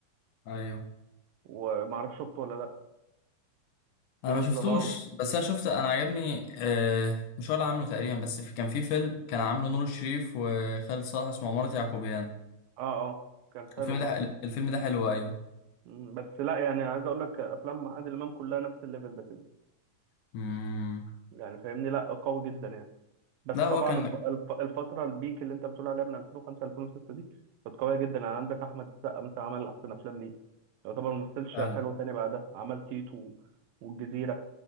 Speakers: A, on the left; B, on the right.
A: ايوه
B: ومعرفش شفته ولا لا طيور
A: انا ما
B: الظلام
A: شفتوش بس انا شفت انا عجبني آه مش هو اللي عامله تقريبا بس في كان في فيلم كان عامله نور الشريف وخالد صالح اسمه عمارة يعقوبيان
B: اه اه كان حلو
A: الفيلم
B: برضه
A: ده الفيلم ده حلو ايوه
B: مم، بس لا يعني عايز اقول لك افلام عادل امام كلها نفس الليفل ده كده
A: مم.
B: يعني فاهمني لا قوي جدا يعني بس
A: لا هو
B: طبعا
A: كان
B: الف... الف... الفتره البيك اللي انت بتقول عليها من 2005 2006 دي كانت قويه جدا يعني عندك احمد السقا مثلا عمل احسن افلام ليه يعتبر ما مثلش
A: فعلا،
B: حلو تاني بعدها عمل تيتو و- والجزيره